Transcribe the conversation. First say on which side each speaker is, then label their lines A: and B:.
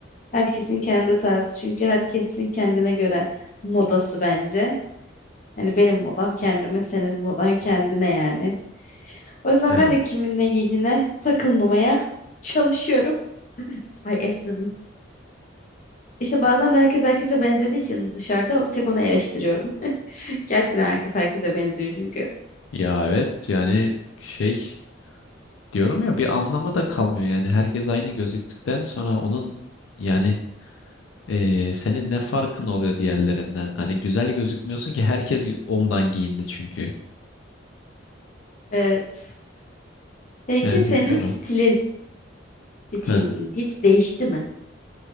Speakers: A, on the left; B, on the left.
A: Herkesin kendi tarzı çünkü herkesin kendine göre modası bence. Yani benim modam kendime, senin modan kendine yani. O yüzden
B: Evet.
A: ben de kimin ne giydiğine takılmamaya çalışıyorum. Ay esnedim. İşte bazen de herkes herkese benzediği için dışarıda bir tek onu eleştiriyorum. <laughs> Gerçekten herkes herkese benziyor çünkü.
B: Ya evet yani şey diyorum ya bir anlamı da kalmıyor. Yani herkes aynı gözüktükten sonra onun yani Ee, senin ne farkın oluyor diğerlerinden? Hani güzel gözükmüyorsun ki herkes ondan giyindi çünkü.
A: Evet. Peki
B: Yani
A: senin
B: bilmiyorum.
A: stilin, stilin
B: Heh.
A: hiç değişti mi?